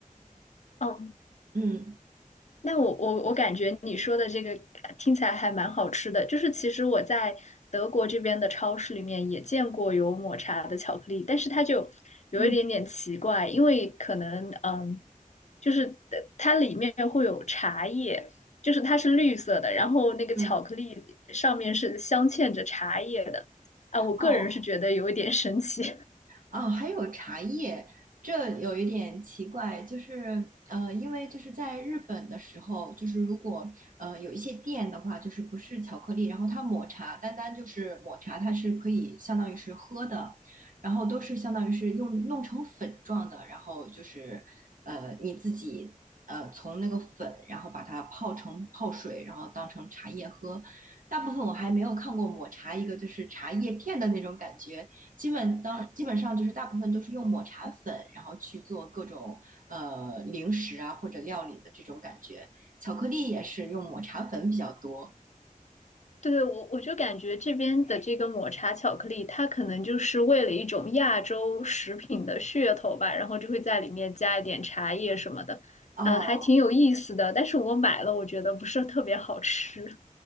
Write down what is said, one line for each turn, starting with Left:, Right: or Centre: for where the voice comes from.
Left: 嗯，
Right: 嗯
Left: 那我我我感觉你说的这个呃听起来还蛮好吃的，就是其实我在德国这边的超市里面也见过有抹茶的巧克力，但是它就有一点点奇怪，
Right: 嗯
Left: 因为可能嗯，就是呃它里面会有茶叶，就是它是绿色的，然后那个巧克力上面是镶嵌着茶叶的，
Right: 嗯，
Left: 啊，我个人是觉得有一点神奇。
Right: 哦，啊，还有茶叶，这有一点奇怪，就是呃，因为就是在日本的时候，就是如果呃有一些店的话，就是不是巧克力，然后它抹茶，单单就是抹茶，它是可以相当于是喝的，然后都是相当于是用弄成粉状的，然后就是呃你自己呃从那个粉，然后把它泡成泡水，然后当成茶叶喝。大部分我还没有看过抹茶一个就是茶叶片的那种感觉。基本当基本上就是大部分都是用抹茶粉，然后去做各种呃零食啊或者料理的这种感觉。巧克力也是用抹茶粉比较多。
Left: 对，我我就感觉这边的这个抹茶巧克力，它可能就是为了一种亚洲食品的噱头吧，然后就会在里面加一点茶叶什么的，
Right: 哦
Left: 呃，还挺有意思的。但是我买了，我觉得不是特别好吃。